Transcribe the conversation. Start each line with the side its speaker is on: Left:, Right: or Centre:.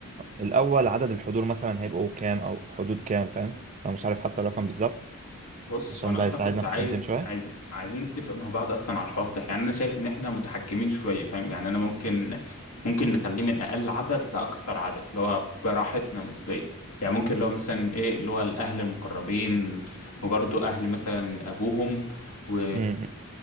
Right: الأول عدد الحضور مثلا هيبقوا كام أو حدود كام فاهم؟ لو مش عارف حتى الرقم بالظبط
Left: بص
Right: عشان
Left: وانا
Right: ده
Left: اصلا
Right: هيساعدنا
Left: كنت عايز
Right: في التنظيم شوية
Left: عايز عايزين نتفق مع بعض اصلا على الحوار ده يعني انا شايف ان احنا متحكمين شويه فاهم يعني انا ممكن ممكن نخليه من اقل عدد لاكثر عدد اللي هو براحتنا نسبيا يعني ممكن اللي هو مثلا ايه اللي هو الاهل المقربين وبرضه اهل مثلا ابوهم و
Right: م- م.